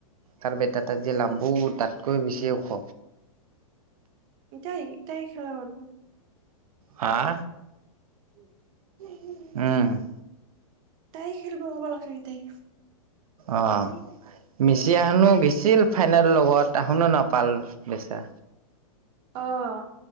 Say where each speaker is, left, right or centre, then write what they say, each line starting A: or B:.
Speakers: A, on the right; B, on the right.
A: তাৰ বেটাতা যে লাম্বু তাতকৈ বেছি ওখ।
B: ইটাই ইটাই খেলা পাৰিব।
A: হা?
B: <inaudible>
A: উম
B: তাই খেলিব ক'ব লাগছিলে এতাই
A: অহ মিচি আহনো বিছিল ফাইনেল লগত এখনো নাপাল বেচেৰা।
B: অহ